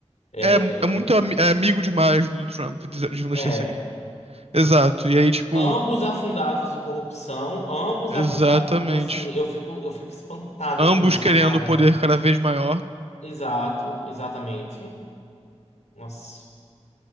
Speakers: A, on the left; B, on the right.
A: é,
B: É, é muito ami- é amigo demais do Trump, diz- digamos
A: é,
B: assim. Exato. E aí, tipo,
A: ambos afundados em corrupção, ambos
B: exatamente.
A: afundados. Então, assim, eu fico, eu fico espantado
B: Ambos
A: com isso,
B: querendo
A: cara.
B: poder cada vez maior.
A: Exato, exatamente. Nossa,